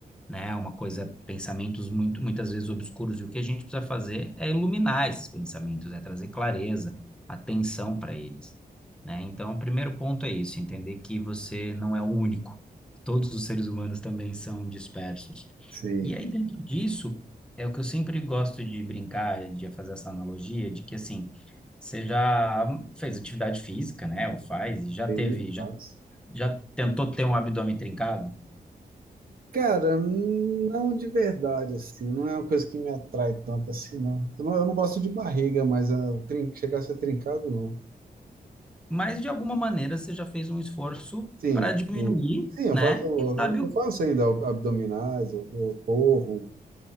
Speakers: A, in the centre; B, on the right.
A: né? Uma coisa, pensamentos muito, muitas vezes obscuros, e o que a gente precisa fazer é iluminar esses pensamentos, é trazer clareza, atenção para eles, né? Então, o primeiro ponto é isso, entender que você não é o único, que todos os seres humanos também são dispersos.
B: Sim.
A: E aí, dentro disso, é o que eu sempre gosto de brincar, de fazer essa analogia, de que, assim, você já fez atividade física, né? Ou faz, e já
B: Sim,
A: teve, já,
B: faz.
A: já tentou ter um abdômen trincado?
B: Cara, não de verdade, assim, não é uma coisa que me atrai tanto assim, não. Eu não, eu não gosto de barriga, mas ah, trin- chegar a ser trincado, não.
A: mas de alguma maneira você já fez um esforço
B: Sim,
A: para diminuir,
B: sim. Sim, eu
A: né?
B: faço, eu
A: E sabe
B: eu
A: o...
B: faço ainda ab- abdominais, eu, eu corro.